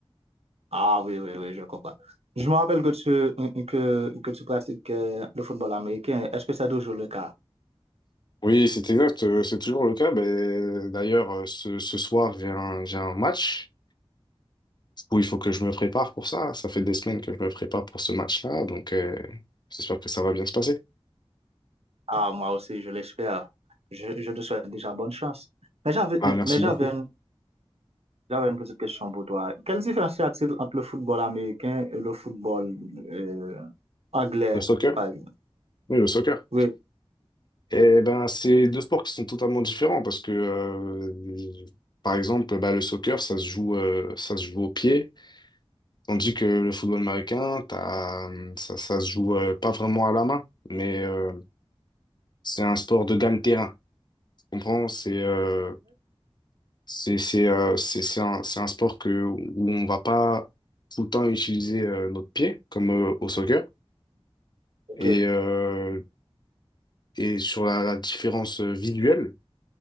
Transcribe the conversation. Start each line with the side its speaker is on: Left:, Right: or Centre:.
Right: Ah oui, oui, oui, je comprends. Je me rappelle que tu, euh, que, que tu pratiques euh, le football américain. Est-ce que c'est toujours le cas?
Left: Oui, c'est exact, euh, c'est toujours le cas. Ben, d'ailleurs, euh, ce, ce soir, j'ai un, j'ai un match. Du coup, il faut que je me prépare pour ça. Ça fait des semaines que je me prépare pour ce match-là, donc euh, j'espère que ça va bien se passer.
Right: Ah, moi aussi, je l'espère. Je, je te souhaite déjà bonne chance. Mais j'avais,
Left: Ah, merci
Right: mais j'avais
Left: beaucoup.
Right: J'avais une petite question pour toi. Quelle différence y a-t-il entre le football américain et le football euh, anglais,
Left: Le soccer?
Right: par exemple?
Left: Oui, le soccer.
Right: Oui,
Left: Eh ben, c'est deux sports qui sont totalement différents parce que, euh, par exemple, bah, le soccer, ça se joue, euh, ça se joue au pied, tandis que le football américain, t'as, hum, ça, ça se joue euh, pas vraiment à la main, mais euh, c'est un sport de gagne-terrain. Tu comprends? C'est euh, c'est c'est euh, c'est c'est un, c'est un sport que où on va pas tout le temps utiliser euh, notre pied comme euh, au soccer
Right: ok.
Left: et euh, et sur la la différence euh, visuelle.